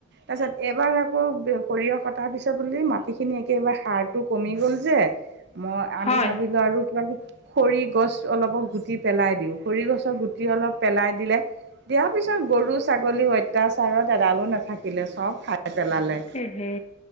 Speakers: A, on the right (about 55°); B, on the left (about 30°).
A: তাছত এ-বাৰ আকৌ সৰিয়হ কটাৰ পিছত বূলি মাটিখিনি একেবাৰে সাৰটো কমি গল যে মই, আমি
B: হয়
A: ভাবিলো আৰু খৰি গছ অলপক গুটি পেলাই দিওঁ, খৰি গছৰ গুটি অলপ পেলাই দিলে দিয়াৰ পিছত গৰু-ছাগলী অত্যাচাৰত এডালো নেথাকিলে, চব খাই পেলালে।
B: এ হে!